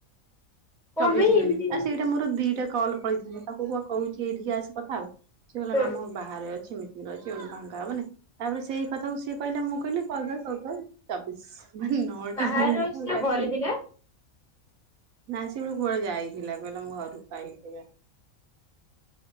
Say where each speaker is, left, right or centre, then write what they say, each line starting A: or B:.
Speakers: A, in the centre; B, on the right.
A: କଣ
B: ଚବିଶ
A: ପାଇଁ
B: ମିନିଟ୍
A: ଏମିତି କେମିତି
B: ଆ ସେଇଟା ମୋର ଦିଟା। କଲ୍ ପଳେଇଥାେ ତାକୁ କୁହ କହୁଛି ଏଇଠିକି ଆସି କଥା ହେବା। ସେ କହିଲା
A: ହଁ
B: ନା ମୁଁ ବାହାରେ ଅଛ। କେମିତି ଆଜି ଭାଙ୍କା ହବନ ତାପରେ ସେଇ କଥାକୁ ସେ। ସେ କହିଲାଁ ମୁଁ। ମୁ କହିଲି କଲ ବ୍ୟକ୍ କର। ଛବିଶ। ନଅଟା
A: ବାହାରେ
B: ବ
A: ଅଛି
B: କଲ
A: ନା
B: କାତିି।
A: ଘରେ ଥିଲା
B: ନା ସେ କୁଆଡେ ଯାଇଥିଲା ପହିଲା ମୁ ଘରକୁ ପାଇି।